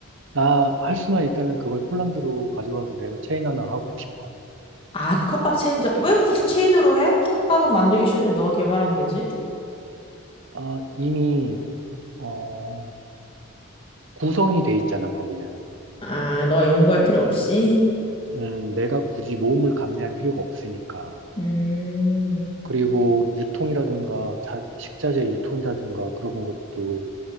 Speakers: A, on the right; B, on the left.
A: 나 할 수만 있다면 그걸 폴란드로 가져와서 내가 체인 하나 하고 싶어.
B: 아, 그 컵밥 체인점. 왜 굳이 체인으로 해? 컵밥은 만들기 쉬운데 너가 개발하면 되지.
A: 아, 이미 어, 구성이 돼 있잖아, 거기는.
B: 아, 너가 연구할 필요 없이?
A: 음, 내가 굳이 모험을 감내할 필요가 없으니까.
B: 음,
A: 그리고 유통이라든가 자- 식자재 유통이라든가 그런 것도